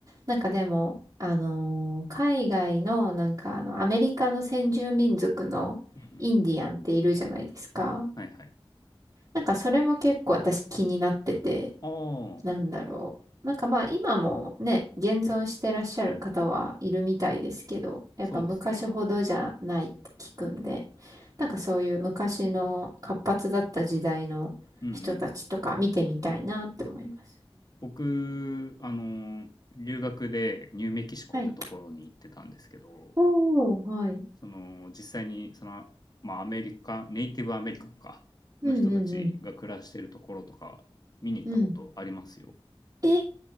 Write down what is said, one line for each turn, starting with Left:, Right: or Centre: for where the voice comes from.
Right: なんかでも、あのー海外の、なんかあの、アメリカの先住民族のインディアンっているじゃないですか。
Left: うんうん。はいはい。
Right: なんかそれも結構私気になってて、
Left: ああ、
Right: なんだろう。なんかまあ今もね、現存してらっしゃる方はいるみたいですけど、やっぱ昔ほどじゃないって聞くんで、
Left: そうですね。
Right: なんかそういう昔の活発だった時代の人たちとか見てみたいなって思います。
Left: うんうん。僕、あの、留学でニューメキシコってところに行ってたんですけど、
Right: はい。おー、はい。
Left: その、実際に、その、まあ、アメリカ、ネイティブアメリカンか、
Right: うんうんうん。
Left: の人たちが暮らしてるところとか、見に行ったことありますよ。
Right: うん。ええ